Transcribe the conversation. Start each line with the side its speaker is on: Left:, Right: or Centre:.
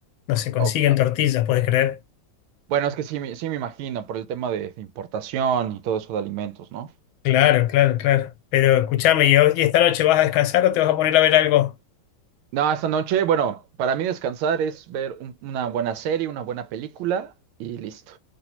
Left: No se consiguen
Right: O-
Left: tortillas, ¿podés creer?
Right: Bueno, es que sí, me- sí me imagino por el tema de de importación y todo eso de alimentos, ¿no?
Left: Claro, claro, claro. Pero escúchame, ¿y hoy- y esta noche vas a descansar o te vas a poner a ver algo?
Right: No, esta noche, bueno, para mí descansar es ver un- una buena serie, una buena película y listo,